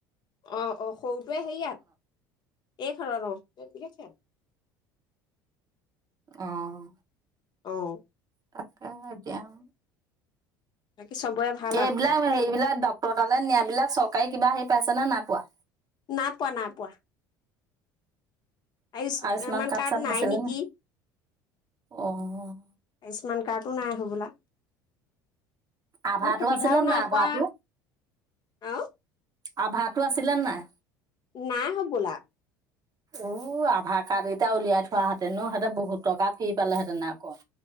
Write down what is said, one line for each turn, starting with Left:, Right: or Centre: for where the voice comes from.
Left: অহ -অহ সৰুটোৱে হেৰিয়াত এই খনত অহ <unintelligible>
Right: অহ,
Left: অহ,
Right: তাকে এতিয়াও
Left: বাকী চবৰে ভাল
Right: এইবিলাক
Left: আৰু এতিয়া
Right: হেবিলাক দ ত তালে নিয়াবিলাক চৰকাৰী কিবা হেৰি পাইছে নে নাইপোৱা?
Left: নাই পোৱা নাই পোৱা। আয়ুচ স্মান
Right: আয়ুস্মান
Left: কাৰ্ড
Right: চাৰ্ড
Left: নাই
Right: নাছিলে
Left: নেকি?
Right: নে অ
Left: আয়ুস্মান কাৰ্ডো নাই হব হ'বলা।
Right: আভাটো
Left: মোৰ সুবিধাও
Right: আছিলে
Left: নাই
Right: আভাটো
Left: পোৱা অহ
Right: আভাটো আছিলেনে নাই?
Left: নাই হবলা।
Right: উ আভাৰ কাৰ্ড কেইটা উলিয়াই থোৱাহেঁতেনো সিহতে বহুত টকাত ফি পালেহেঁতেনে আকৌ।